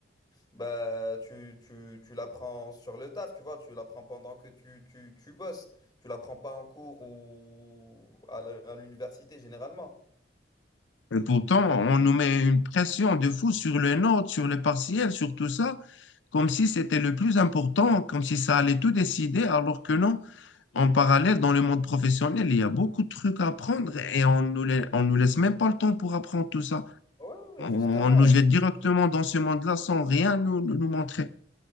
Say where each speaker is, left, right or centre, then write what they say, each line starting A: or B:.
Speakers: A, on the left; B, on the left.
A: bah tu, tu, tu l'apprends sur le taf, tu vois. Tu l'apprends pendant que tu, tu, tu bosses. Tu l'apprends pas en cours ou à la- à l'université généralement.
B: Et pourtant, on nous met une pression de fou sur les notes, sur les partiels, sur tout ça, comme si c'était le plus important, comme si ça allait tout décider, alors que non. En parallèle, dans le monde professionnel, il y a beaucoup de trucs à apprendre et on nous, lai- on nous laisse même pas le temps pour apprendre tout ça.
A: Ouais, ouais,
B: On,
A: justement.
B: on nous jette directement dans ce monde-là sans rien nous, nous, nous montrer.